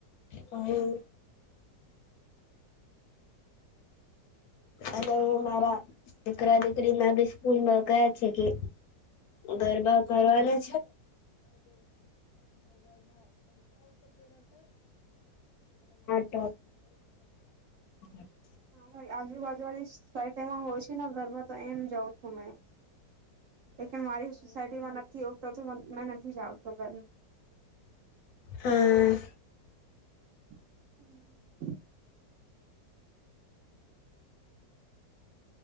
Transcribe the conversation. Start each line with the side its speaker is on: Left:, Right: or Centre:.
Left: હું અને હું મારા દીકરા દીકરીમાં બી સ્કૂલ છે કે ગરબા કરવાના છે <unintelligible>
Right: અરી આજુબાજુળી સઈટ એમાં હોય છે ને ઘરમાં તો એમ જાઉં છું મે લન મારી સોસાયટીમાં નથી આવતો મેં નથી જ આવતો ઘર
Left: હા.
Right: <unintelligible>